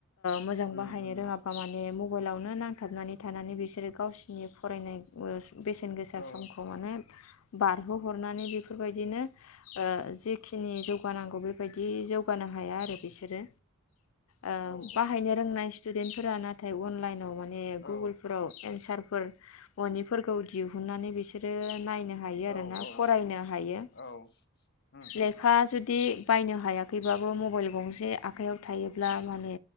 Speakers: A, on the left (about 80°); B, on the left (about 55°).
A: मोजां
B: उम
A: बाहायनो
B: उम
A: रोङाबा माने मु मबाइलावनो नांथाबनानै थानानै बिसोरो गावसिनि फरायनाय ओ बेसेन गोसा
B: औ
A: समखौ माने बारहोहरनानै बेफोरबायदिनो ओ जेखिनि जौगानांगौ बेबायदि जौगानो हाया आरो बिसोरो। ओ
B: औ
A: बाहायनो रोंनाय स्टुदेन्टफोरा नाथाय अनलाइनाव मा ने गुगोलफोराव
B: औ
A: एन्सार फोर मोनिफोरखौ दिहुननानै बिसोरो नायनो हायो आरोना
B: औ औ
A: फरायनो हायो
B: औ उम
A: लेखा
B: उम
A: जुदि बायनो हायाखैबाबो मबाइल गंसे आखायाव थायोब्ला माने